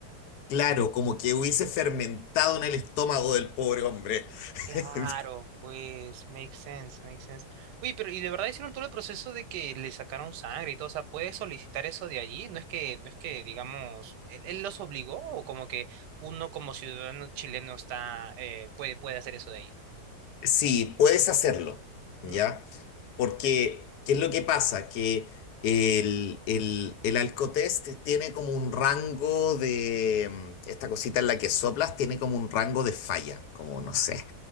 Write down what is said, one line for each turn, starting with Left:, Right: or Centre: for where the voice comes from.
Left: Claro, como que hubiese fermentado en el estómago del pobre hombre.
Right: Claro,
Left: <laughs>
Right: pues, makes sense, makes sense. Uy, pero y de verdad hicieron todo el proceso de que le sacaron sangre y todo, o sea, ¿puedes solicitar eso de allí? No es que, no es que, digamos, él, él los obligó o como que uno como ciudadano chileno está, eh, puede, puede hacer eso de ahí.
Left: Sí, puedes hacerlo,
Right: Mm,
Left: ¿ya? Porque, ¿qué es lo que pasa? Que el, el, el Alcotest tiene como un rango de, mm, esta cosita en la que soplas tiene como un rango de falla, como no sé,